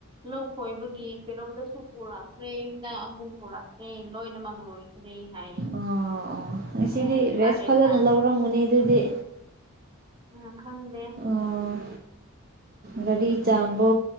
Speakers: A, on the right; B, on the right.
A: ꯂꯧ ꯀꯣꯏꯕꯒꯤ ꯀꯩꯅꯣꯝꯗꯁꯨ ꯄꯨꯔꯛꯈ꯭ꯔꯦ ꯌꯨꯝꯗ ꯑꯃꯨꯛ ꯄꯨꯔꯛꯈ꯭ꯔꯦ ꯂꯣꯏꯅꯃꯛ ꯂꯣꯏ ꯔꯤ ꯍꯥꯏ
B: ꯑꯥ ꯑꯥ ꯉꯁꯤꯗꯤ
A: ꯑꯣ ꯐꯥꯔꯦ
B: ꯔꯦꯁ ꯐꯖꯅ
A: ꯐꯥꯔꯦ
B: ꯂꯧꯔꯝꯒꯅꯤ ꯑꯗꯨꯗꯤ
A: ꯎꯝ ꯈꯪꯗꯦ
B: ꯑꯥ ꯒꯥꯔꯤ ꯆꯥꯝꯕ